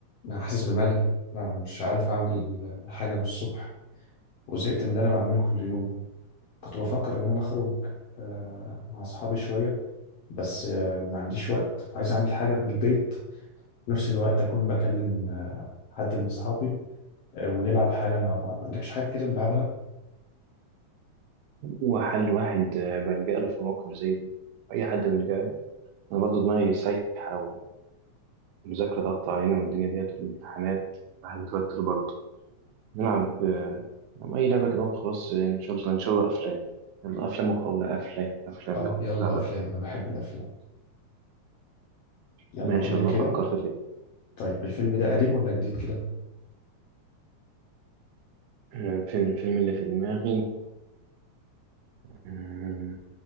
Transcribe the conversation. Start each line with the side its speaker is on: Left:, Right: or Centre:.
Left: أنا حاسس بملل أنا مش عارف أعمل حاجة من الصبح وزهقت من اللي أنا بعمله كل يوم كنت بفكر إن أنا أخرج آه، مع أصحابي شوية بس آه، ما عنديش وقت عايز أعمل حاجة من البيت في نفس الوقت أكون بكلم آه، حد من أصحابي آه، ونلعب حاجة مع بعض ما عندكش حاجة كده نلعبها؟
Right: هو حل واحد آه، بلجأ له في موقف زي دي أي حد بيلجأ له أنا برضه دماغي سايحة ومذاكرة ضغط علينا والدنيا ديت والامتحانات الواحد متوتر برضه نلعب آه، نلعب أي لعبة كده وخلاص آه، إن شاء الله إن شاء الله أفلام يلا أفلام ولا أفلام أفلام
Left: آه
Right: يلا
Left: يلا
Right: نلعب
Left: أفلام
Right: أفلام
Left: أنا بحب الأفلام يلا
Right: ماشي
Left: قول لي
Right: يلا
Left: كده
Right: أفكر في فيلم
Left: طيب الفيلم ده قديم ولا جديد كده؟
Right: آه، الفيلم الفيلم اللي في دماغي آه،